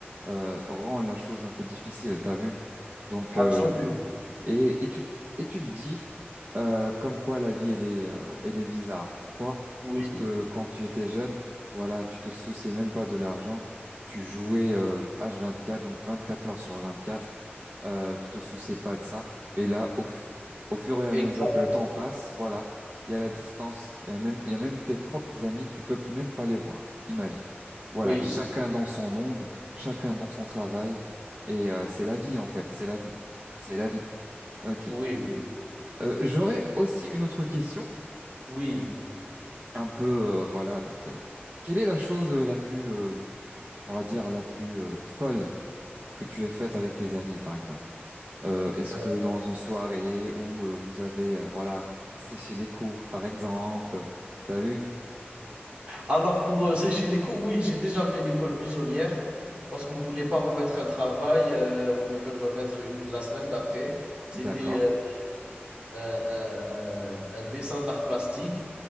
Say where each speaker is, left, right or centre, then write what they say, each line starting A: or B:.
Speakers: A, on the right; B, on the right.
A: euh, rend la chose un peu difficile, t'as vu? Donc
B: absolument.
A: euh, et, et tu, et tu te dis euh, comme quoi la vie, elle est, euh, elle est bizarre. Pourquoi?
B: Oui,
A: Parce que quand tu étais jeune, voilà, tu te souciais même pas de l'argent. Tu jouais euh, H24, donc 24 heures sur 24. Euh, tu te souciais pas de ça. Et là, au, fu- au fur et à
B: exact.
A: mesure que le temps passe, voilà, il y a la distance, il y a même, il y a même tes propres amis, tu peux même pas les voir. Imagine. Voilà,
B: Oui,
A: chacun dans son monde, chacun dans son travail. Et euh, c'est la vie, en fait, c'est la vie. C'est la vie. Ok.
B: oui,
A: Euh, j'aurais aussi une autre question,
B: oui.
A: un peu, euh, voilà, donc, euh, quelle est la chose euh, la plus, euh, on va dire, la plus euh, folle que tu aies faite avec tes amis, par exemple? Euh, est-ce
B: Ouais.
A: que dans une soirée où euh, vous avez, euh, voilà, séché les cours, par exemple, t'as vu?
B: Alors, pour euh, sécher les cours, oui, j'ai déjà fait l'école buissonnière parce qu'on ne voulait pas remettre un travail, euh, on devait le remettre une- la semaine d'après. C'était
A: D'accord,
B: euh, euh, euh, euh, un dessin d'art plastique.